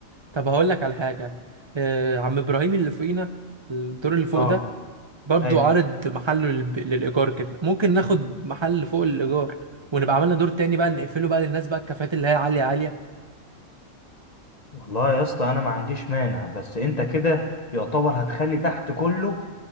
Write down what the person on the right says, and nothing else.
طب هقول لك على حاجه آه عم ابراهيم اللي فوقينا الدور اللي فوق
ده برضو
عارض محله لل... للايجار كده ممكن ناخد محل فوق الايجار ونبقى عملنا دور تاني بقى نقفله بقى للناس بقى الكافيهات اللي هي عاليه عاليه